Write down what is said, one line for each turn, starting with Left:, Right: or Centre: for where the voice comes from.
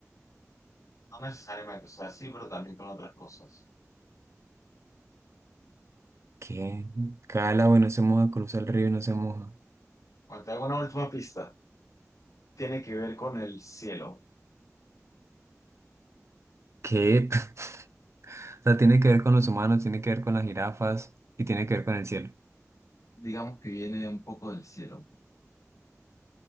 Left: No necesariamente, o sea, sí, pero también con otras cosas.
Right: ¿Qué? Cada agua y no se moja, cruza el río y no se moja.
Left: Bueno, te hago una última pista. Tiene que ver con el cielo.
Right: ¿Qué? <laughs> O sea, tiene que ver con los humanos, tiene que ver con las jirafas y tiene que ver con el cielo.
Left: Digamos que viene un poco del cielo.